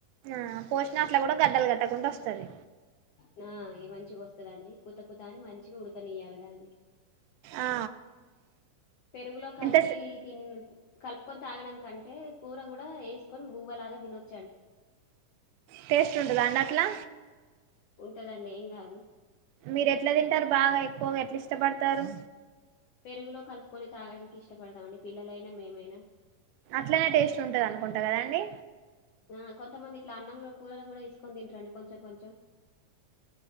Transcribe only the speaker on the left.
నా ఈ మంచి గొస్ స్తదండి కుత కుతా అని మంచిగ ఉడకనియ్యాలే దాన్ని
పెరుగులో కల్పి
తిన్ కల్పుకొని తాగడంకంటే కూర గుడా ఎస్కోన్ బువ్వలాగా తినచ్
ఉంటదండి ఏం కాదు
పెరుగులో కలుప్కొని తాగడానికి ఇష్టపడతామండి పిల్లలైనా మేమైన
ఆ కొంతమంది ఇట్ల అన్నంలో కూరల గుడా ఏస్కొని తింటారండి కొంచెం కొంచం